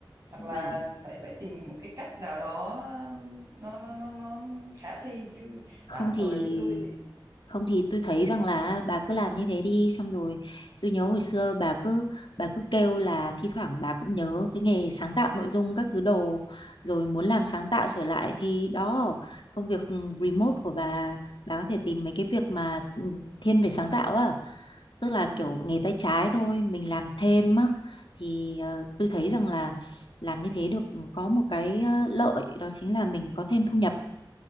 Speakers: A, on the right; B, on the left.
A: hoặc
B: Và
A: là phải phải tìm một cái cách nào đó nó nó nó nó khả thi chứ
B: không
A: tạm thời
B: thì
A: với tôi thì
B: Không thì tôi thấy rằng là bà cứ làm như thế đi xong rồi tôi nhớ hồi xưa bà cứ bà cứ kêu là thi thoảng bà cũng nhớ cái nghề sáng tạo nội dung các thứ đồ rồi muốn làm sáng tạo trở lại thì đó công việc remote của bà bà có thể tìm mấy cái việc mà ừ, thiên về sáng tạo á tức là
A: ừ.
B: kiểu nghề tay trái thôi mình làm thêm á thì ờ, tôi thấy rằng là làm như thế được có một cái ờ, lợi đó chính là mình có thêm thu nhập